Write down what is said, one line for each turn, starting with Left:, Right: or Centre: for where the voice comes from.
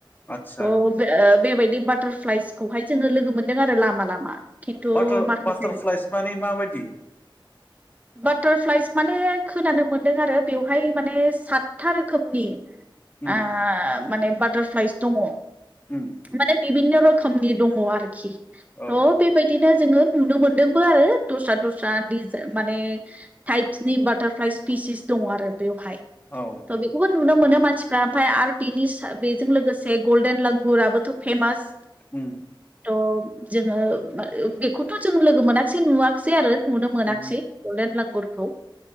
Left: आदसा
Right: थ बेबायदि। बे बाटारफ्लाइसखौहाय जोङो लोगो मोनदों आरो लामा लामा। खिन्थु
Left: बाटार
Right: माखासे
Left: बाटारफ्लाइस माने माबायदि?
Right: बाटारफ्लाइस माने खोनानो मोनदों आरो बेवहाय माने सात था रोखोमनि
Left: उम
Right: ओ माने बाटारफ्लाइस दङ।
Left: उम
Right: माने बिभिन्न' रोखोमनि दङ आरोखि
Left: औ
Right: थ बेबायदि नो जोङो नुनो मोनदोंबो आरो दस्रा दस्रा माने टाइपसनि बाटारफ्लायस। पिसिस दङ आरो बेवहाय
Left: औ
Right: त' बेखौबो नुनो मोनो। मानसिफ्रा ओमफ्राय आरो बेनि बेजों लोगोसे गल्डेन लगुराबोथ' फेमास।
Left: उम।
Right: अ जोङो बेखौथ' जों लोगो मोनाखसै नुवाखसै आरो। नुनो मोनाखिसै
Left: उम
Right: गल्डेन लांगुरखौ